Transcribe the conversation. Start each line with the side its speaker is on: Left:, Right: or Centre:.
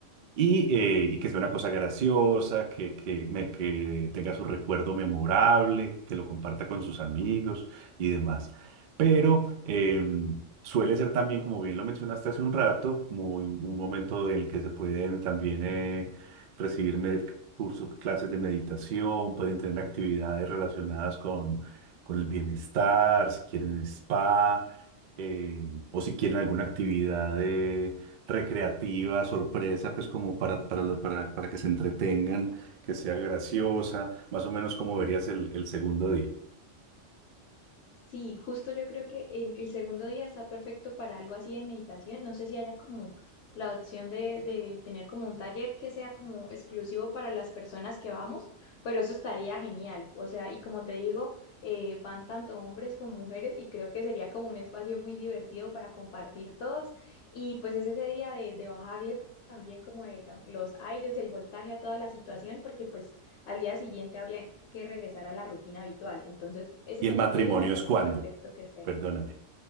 Right: Y, eh, y que sea una cosa graciosa, que, que, me- que tenga su recuerdo memorable, que lo comparta con sus amigos y demás. Pero eh, suele ser también, como bien lo mencionaste hace un rato, muy, un momento en el que se pueden también eh, recibir med- cursos, clases de meditación, pueden tener actividades relacionadas con, con el bienestar, si quieren spa eh, o si quieren alguna actividad de recreativa, sorpresa, pues como para, para, lo- para, para que se entretengan, que sea graciosa, más o menos como verías el, el segundo día.
Left: Sí, justo yo creo que el, el segundo día está perfecto para algo así de meditación. No sé si haya como la opción de, de tener como un taller que sea como exclusivo para las personas que vamos, pero eso estaría genial. O sea, y como te digo, eh, van tanto hombres como mujeres y creo que sería como un espacio muy divertido para compartir todos. Y pues es ese día de, de bajarle también como de tam- los aires, el voltaje a toda la situación, porque pues al día siguiente habría que regresar a la rutina habitual. Entonces, ese
Right: ¿Y
Left: segundo
Right: el matrimonio
Left: día me parece
Right: es cuándo?
Left: perfecto que sea.
Right: Perdóname.